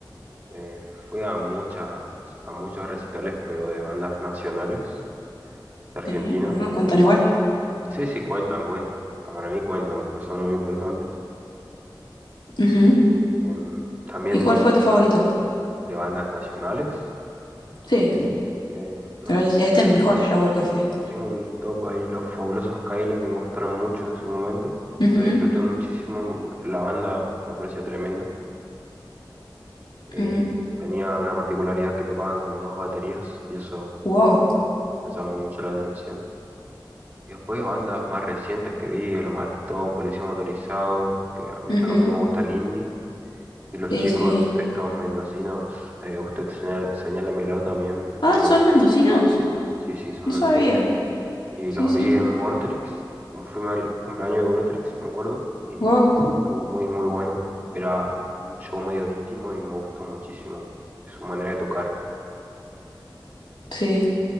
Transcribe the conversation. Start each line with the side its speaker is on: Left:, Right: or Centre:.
Right: Eh, fui a muchas, a muchos recitales, pero de bandas nacionales de Argentina.
Left: Sí, bueno, cuentan igual.
Right: Sí, sí, cuentan, cuentan. Para mí cuentan porque son muy importantes.
Left: Ujú.
Right: Em, también
Left: ¿Y cuál fue tu favorito?
Right: de bandas nacionales.
Left: Sí,
Right: em, no
Left: pero
Right: sé,
Left: yo sí, este es el mejor shower que fui.
Right: tengo un top ahí, Los Fabulosos Kaila, que me gustaron mucho en su momento.
Left: Ujú,
Right: Lo disfruté muchísimo, la banda me pareció tremenda. Eh,
Left: ujú.
Right: tenía una particularidad que tocaban con dos baterías y eso
Left: Wow.
Right: eh, me llamó mucho la atención. Y después bandas más recientes que vi, El Matón, Policía Motorizado, que ah, viste
Left: Ujú.
Right: que a mí me gusta el indie. Y los
Left: Sí,
Right: chicos,
Left: sí.
Right: estos mendocinos, eh, usted señala- señálemelo también,
Left: Ah,
Right: me,
Left: ¿son
Right: gu-
Left: mendocinos?
Right: Sí, sí, son
Left: No sabía.
Right: mendocinos. Y
Left: Sí,
Right: los
Left: sí.
Right: vi en Vortrix. Fui al cumpleaños de Vortrix, me acuerdo, y
Left: Wow.
Right: estuvo muy, muy bueno. Era un show medio íntimo y me gustó muchísimo su manera de tocar.
Left: Sí.